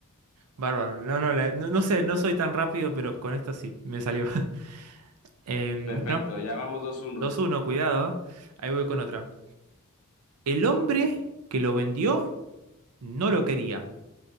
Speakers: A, on the right; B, on the left.
A: Bárbaro. No, no, la- no, no sé, no soy tan rápido, pero con esto sí, me salió. <laughs> Em,
B: <laughs> Perfecto,
A: bueno,
B: ya vamos dos uno.
A: 2-1, cuidado. ¿eh? Ahí voy con otra. El hombre que lo vendió no lo quería.